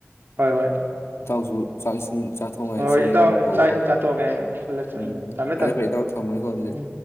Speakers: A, on the right; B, on the left.
A: ꯍꯣꯏ ꯍꯣꯏ
B: ꯏꯇꯥꯎꯁꯨ ꯆꯥꯛ ꯏꯁꯤꯡ ꯆꯥ ꯊꯣꯡꯉꯥꯏ
A: ꯍꯣꯏ ꯍꯣꯏ
B: ꯏꯦꯟ
A: ꯏꯇꯥꯎ
B: ꯂꯥꯡꯃꯨꯛ ꯇꯧꯕꯔꯣ
A: ꯆꯥꯛ ꯏꯁꯤꯡ ꯆꯥꯊꯣꯛꯑꯒ ꯍꯌꯦꯡ ꯄꯨꯜꯂꯁꯦ
B: ꯎꯝ
A: ꯊꯝꯃꯦ
B: ꯐꯔꯦ
A: ꯊꯝꯃꯦ
B: ꯐꯔꯦ ꯏꯇꯥꯎ ꯊꯝꯃꯒꯦꯀꯣ ꯑꯗꯨꯗꯤ
A: ꯎꯝ